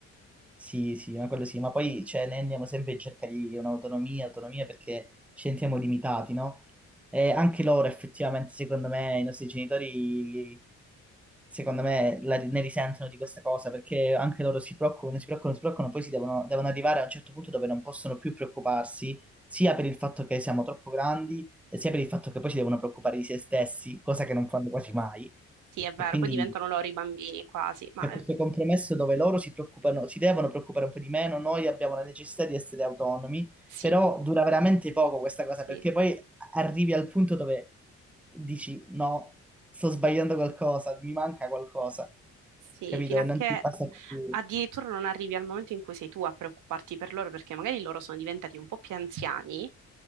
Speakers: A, in the centre; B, on the right.
A: Sì, sì, ma quello sì, ma poi, cioè, ne andiamo sempre in cerca di un'autonomia, autonomia perché ci sentiamo limitati, no? E anche loro, effettivamente, secondo me, i nostri genitori. secondo me, la- ne risentono di questa cosa perché anche loro si preoccupano, si preoccupano, si preoccupano, poi si devono, devono arrivare a un certo punto dove non possono più preoccuparsi, sia per il fatto che siamo troppo grandi, e sia per il fatto che poi si devono preoccupare di se stessi, cosa che non fanno quasi mai.
B: Sì, è vero,
A: E quindi
B: poi diventano loro i bambini quasi, ma
A: c'è
B: eh,
A: questo compromesso dove loro si preoccupano, si devono preoccupare un po' di meno, noi abbiamo la necessità di essere autonomi,
B: sì,
A: però dura veramente poco questa cosa
B: sì.
A: perché poi arrivi al punto dove dici no, sto sbagliando qualcosa, mi manca qualcosa
B: Sì,
A: capito?
B: fino
A: E
B: a
A: non
B: che
A: ti passa più,
B: addirittura non arrivi al momento in cui sei tu a preoccuparti per loro, perché magari loro sono diventati un po' più anziani